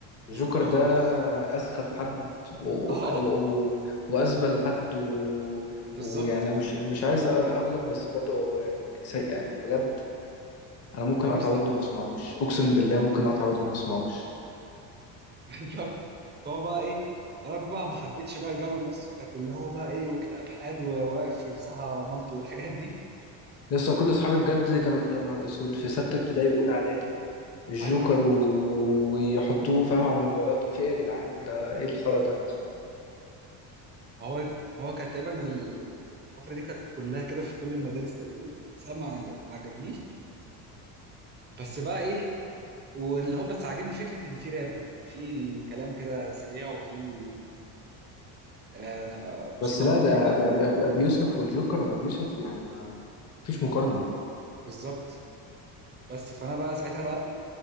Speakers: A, on the right; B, on the left.
A: الجوكر
B: جوكر
A: خالص
B: ده
A: بس
B: أسخف حد و...
A: اه
B: و... وأسبل حد و...
A: بالظبط
B: ويعني مش مش عايز أغلط بس بجد هو يعني سيء بجد أنا ممكن
A: اه
B: أقطع
A: بالظبط
B: ودني وما أسمعوش أقسم بالله ممكن أقطع ودني وما أسمعوش
A: بالظبط فهو بقى ايه انا بقى ما حبيتش بقى جو الناس بتاعت اللي هو بقى ايه واكتئاب حاد وواقف في الساحه مالطو والحاجات دي
B: لسه كل أصحابي بجد كانوا يا نهار أسود في ستة ابتدائي وأولى إعدادي الجوكر
A: <laughs> ايوه ايوه
B: و... ويحطوه فاهم على موبايلات في ايه يا جدعان ده ايه الخرا ده
A: ما هو ما هو كانت تقريبا ال- الفتره دي كانت كلها كده في كل المدارس تقريبا بس أنا ما عجب- ما عجبنيش بس بقى ايه واللي هو بس عاجبني فكره ان في راب يعني في كلام كده سريع وفي آه موسيقى
B: بس لا
A: مختلفه
B: ده ابي ابي ابي ابي يوسف والجوكر ابي يوسف يعني ما فيش مقارنة
A: بالظبط بس فانا بقى ساعتها بقى